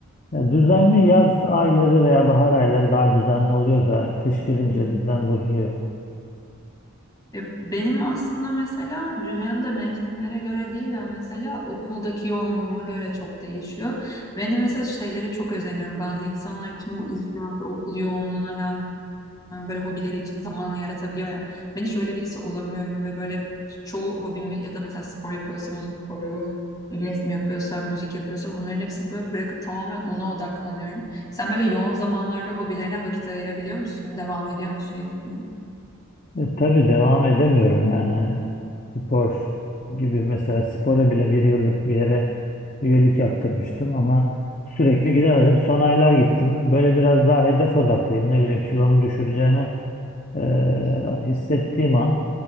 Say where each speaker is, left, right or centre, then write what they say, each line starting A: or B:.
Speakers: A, on the left (about 35°); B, on the left (about 15°).
A: e, düzenli yaz ayları veya bahar ayları daha düzenli oluyor da kış girince
B: Hı hı.
A: düzen bozuluyor.
B: Ya Benim aslında mesela düzen de mevsimlere göre değil de mesela okuldaki yoğunluğuma göre çok değişiyor. Ben de mesela şeylere çok özeniyorum. Bazı insanlar tüm bu iş hayatı, okul yoğunluğuna rağmen böyle hobileri için zamanı yaratabiliyor ya. Ben hiç öyle birisi olamıyorum ve böyle çoğu hobimi ya da mesela spor yapıyorsam o sporu, resim yapıyorsam, müzik yapıyorsam onların hepsini böyle bırakıp tamamen ona odaklanıyorum. Sen böyle yoğun zamanlarda hobilerine vakit ayırabiliyor musun? Devam ediyor musun yapmaya?
A: E, tabii devam edemiyorum yani spor gibi mesela spora bile bir yıllık bir yere üyelik yaptırmıştım ama sürekli gidemedim. Son aylar gittim. Böyle biraz daha hedef odaklıyım. Ne bileyim kilomu düşüreceğimi e, hissettiğim an